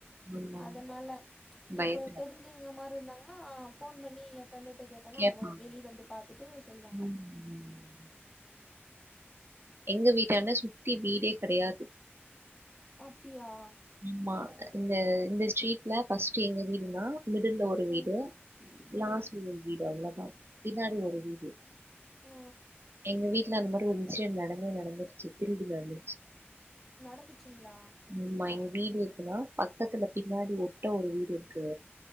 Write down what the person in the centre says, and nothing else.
அதனால
இப்ப தெரிஞ்சவங்க மார் இருந்தாங்கன்னா ஃபோன் பண்ணி ஏ ஃபிரண்டுட்ட கேட்டனா
அவுங்க வெளிய வந்து பாத்துட்டு சொல்லுவாங்க
அப்டியா
ம் ம்
ஆ
நடந்துச்சுங்களா